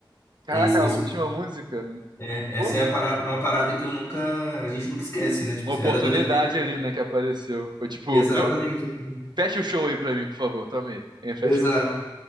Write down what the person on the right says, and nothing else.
Caraca,
a
última música.
Pô,
uma
oportunidade
ali, né, que apareceu. Foi tipo,
viu? Fecha o show aí pra mim, por favor. Toma aí. É, Fecha.
o-